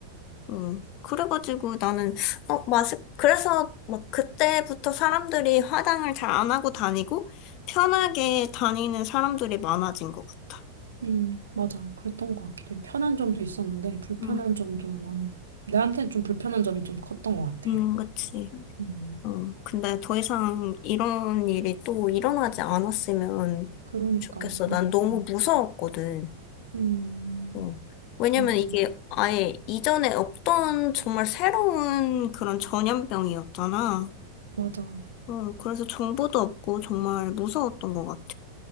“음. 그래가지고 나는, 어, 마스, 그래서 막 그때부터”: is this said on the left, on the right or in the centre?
Left